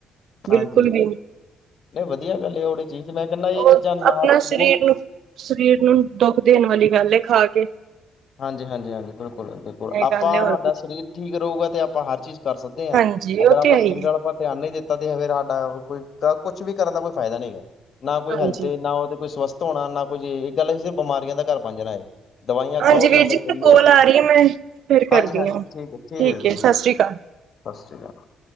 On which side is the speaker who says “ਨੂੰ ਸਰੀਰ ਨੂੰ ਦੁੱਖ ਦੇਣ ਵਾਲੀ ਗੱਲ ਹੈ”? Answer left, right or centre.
Right